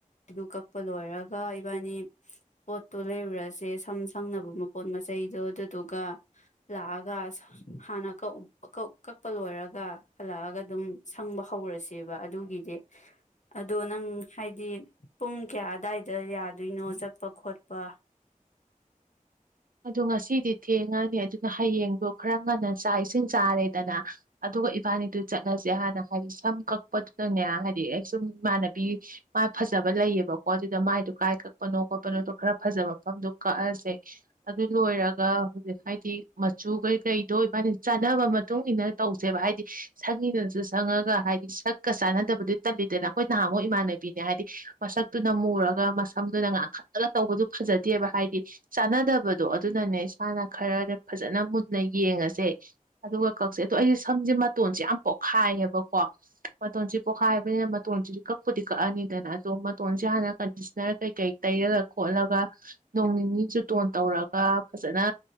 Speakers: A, on the left; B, on the right.
A: ꯑꯗꯨ ꯀꯛꯄ ꯂꯣꯏꯔꯒ ꯏꯕꯥꯅꯤ ꯄꯣꯠꯇꯣ ꯂꯩꯔꯨꯔꯁꯦ ꯁꯝ ꯁꯪꯅꯕ ꯃꯄꯣꯠ ꯃꯆꯩꯗꯣ ꯑꯗꯨꯗꯨꯒ ꯂꯥꯛꯑꯒ ꯍꯥꯟꯅ ꯀꯛꯄ ꯂꯣꯏꯔꯒ ꯍꯜꯂꯛꯑꯒ ꯑꯗꯨꯝ ꯁꯪꯕ ꯍꯧꯔꯁꯦꯕ ꯑꯗꯨꯒꯤꯗꯤ ꯑꯗꯣ ꯅꯪ ꯍꯥꯏꯗꯤ ꯄꯨꯡ ꯀꯌꯥ ꯑꯋꯥꯏꯗ ꯌꯥꯗꯣꯏꯅꯣ ꯆꯠꯄ ꯈꯣꯠꯄꯊꯈꯈ
B: ꯑꯗꫭ ꯉꯁꯤꯗꯤ ꯊꯦꯡꯉꯅꯤ ꯑꯗꯨꯅ ꯍꯌꯦꯡꯗꯣ ꯈꯔ ꯉꯟꯅ ꯆꯥꯛ ꯏꯁꯤꯡ ꯆꯥꯔꯦꯗꯅ ꯑꯗꯨꯒ ꯏꯕꯥꯅꯤꯗꯨ ꯆꯠꯂꯁꯦ ꯍꯥꯟꯅ ꯍꯥꯏꯗꯤ ꯁꯝ ꯀꯛꯄꯗꯨꯗꯅꯦ ꯍꯥꯏꯗꯤ ꯑꯩ ꯁꯨꯝ ꯏꯃꯥꯟꯅꯕꯤ ꯃꯥ ꯐꯖꯕ ꯂꯩꯌꯦꯕꯀꯣ ꯑꯗꯨꯗ ꯃꯥꯏꯗꯣ ꯀꯥꯏ ꯀꯛꯄꯅꯣ ꯈꯣꯠꯄꯅꯣꯗꯣ ꯈꯔ ꯐꯖꯕ ꯃꯐꯝꯗꯣ ꯀꯛꯑꯁꯦ ꯑꯗꯨ ꯂꯣꯏꯔꯒ ꯍꯧꯖꯤꯛ ꯍꯥꯏꯗꯤ ꯃꯆꯨ ꯀꯩꯀꯩꯗꯣ ꯏꯕꯥꯅꯤ ꯆꯥꯟꯅꯕ ꯃꯇꯨꯡ ꯏꯟꯅ ꯇꯧꯁꯦꯕ ꯍꯥꯏꯗꯤ ꯁꯪꯉꯤꯅꯦꯁꯨ ꯁꯪꯉꯒ ꯍꯥꯏꯗꯤ ꯁꯛꯀ ꯆꯥꯟꯅꯗꯕꯗꯤ ꯇꯜꯂꯤꯗꯅ ꯑꯩꯈꯣꯏ ꯅꯍꯥꯟꯃꯨꯛ ꯏꯃꯥꯟꯅꯕꯤꯅꯦ ꯍꯥꯏꯗꯤ ꯃꯁꯛꯇꯨꯅ ꯃꯨꯔꯒ ꯃꯁꯝꯗꯨꯅ ꯉꯥꯡꯈꯠꯂꯒ ꯇꯧꯕꯗꯨ ꯐꯖꯗꯦꯕ ꯍꯥꯏꯗꯤ ꯆꯥꯟꯅꯗꯕ ꯗꯣ ꯑꯗꯨꯅꯅꯦ ꯏꯁꯥꯅ ꯈꯔ ꯐꯖꯅ ꯃꯨꯟꯅ ꯌꯦꯡꯉꯁꯦ ꯑꯗꯨꯒ ꯀꯛꯁꯦ ꯑꯗꯣ ꯑꯩꯁ ꯁꯝꯁꯦ ꯃꯇꯣꯟꯁꯦ ꯌꯥꯝ ꯄꯣꯠꯈꯥꯏꯌꯦꯕꯀꯣ ꯃꯇꯣꯟꯁꯦ ꯄꯣꯈꯥꯏꯕꯅꯤꯅ ꯃꯇꯣꯟꯁꯤꯗꯤ ꯀꯛꯄꯨꯗꯤ ꯀꯛꯑꯅꯤꯗꯅ ꯑꯗꯣ ꯃꯇꯣꯟꯁꯦ ꯍꯥꯟꯅ ꯀꯟꯗꯤꯁꯅꫪ ꯀꯩꯀꯩ ꯇꯩꯔꯒ ꯈꯣꯠꯂꯒ ꯅꯣꯡ ꯅꯤꯅꯤ ꯖꯨꯇꯣꯟ ꯇꯧꯔꯒ ꯒ ꯐꯖꯅ